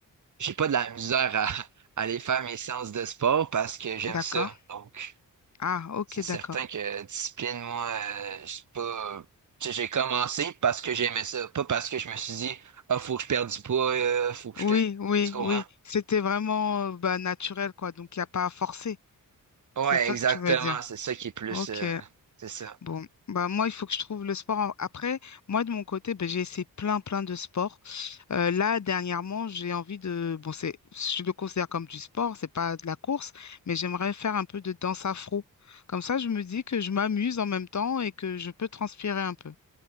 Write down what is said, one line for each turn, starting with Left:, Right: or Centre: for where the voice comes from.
Right: j'ai pas de la misère à, à aller faire mes séances de sport parce que j'aime
Left: D'accord.
Right: ça. Donc,
Left: Ah, ok,
Right: c'est certain
Left: d'accord.
Right: que discipline, moi, euh, je suis pas, tu sais, j'ai commencé parce que j'aimais ça, pas parce que je me suis dit, ah, faut que je perde du poids, euh, faut que
Left: Oui,
Right: je te,
Left: oui,
Right: tu comprends?
Left: oui. C'était vraiment, euh, bah, naturel, quoi. Donc, il n'y a pas à forcer.
Right: Ouais,
Left: C'est ça
Right: exactement.
Left: que tu veux dire.
Right: C'est ça qui est plus,
Left: Ok.
Right: euh, c'est ça.
Left: Bon, bah moi, il faut que je trouve le sport. en- Après, moi, de mon côté, bah j'ai essayé plein, plein de sports. Euh, là, dernièrement, j'ai envie de... Bon, c'est, je le considère comme du sport, c'est pas de la course, mais j'aimerais faire un peu de danse afro. Comme ça, je me dis que je m'amuse en même temps et que je peux transpirer un peu.